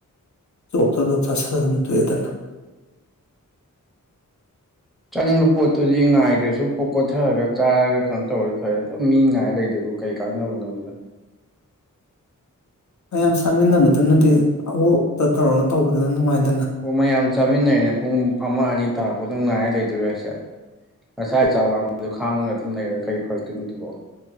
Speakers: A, on the left (about 60°); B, in the centre.
A: ꯖꯣꯞ ꯆꯣꯖꯣꯞ ꯆꯥꯁꯤꯂ ꯑꯗꯨꯝ ꯇꯣꯛꯑꯦꯗꯅ
B: ꯆꯅꯤꯡ ꯄꯣꯠꯇꯨꯗꯤ ꯉꯥꯏꯗ꯭ꯔꯁꯨ ꯀꯣꯊꯔꯒ ꯆꯥꯔꯒ ꯀꯩꯅꯣ ꯇꯧꯔꯗꯤ ꯐꯔꯦ ꯑꯗꯨꯝ ꯃꯤ ꯉꯥꯏꯔ ꯂꯩꯗꯣꯏꯕ ꯀꯩ ꯀꯥꯟꯅꯕꯅꯣꯕꯅ
A: ꯃꯌꯥꯝ ꯆꯥꯃꯤꯟꯅꯕꯗꯅꯗꯤ ꯑꯋꯇ ꯇꯧꯔꯒ ꯇꯧꯕꯗꯨ ꯅꯨꯡꯉꯥꯏꯇꯦ
B: ꯑꯣ ꯃꯌꯥꯝ ꯆꯥꯃꯤꯟꯅꯔꯦꯅꯦ ꯄꯨꯡ ꯑꯃ ꯑꯅꯤ ꯇꯥꯐ ꯑꯗꯨꯝ ꯉꯥꯏꯔ ꯂꯩꯗꯣꯏꯔꯦꯁꯦ ꯉꯁꯥꯏ ꯆꯥꯛ ꯂꯥꯡꯕꯗꯨ ꯈꯥꯡꯉꯒ ꯑꯗꯨꯝ ꯂꯩꯔꯒ ꯀꯔꯤ ꯐꯔꯛꯇꯣꯏꯅꯣꯗꯨꯕꯣ